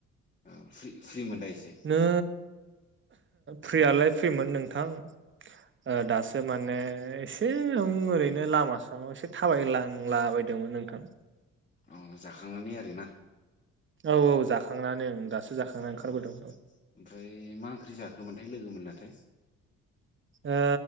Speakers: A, on the left (about 25°); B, on the right (about 40°).
A: औ फ्रि फ्रिमोन दा एसे
B: नों फ्रियालाय फ्रिमोन नोंथां ओ दासो माने एसे नों ओरैनो लामा सामायाव एसे थाबायलांला बायदोंमोन नोंथां।
A: अ जाखांनानै आरोना?
B: औ औ जाखांनानै ओं दासो जाखांनानै ओंखारबोदोंमोन
A: अ
B: औ
A: ओमफ्राय मा ओंख्रि जाखोमोन? लोगोमोन नाथाय
B: ओ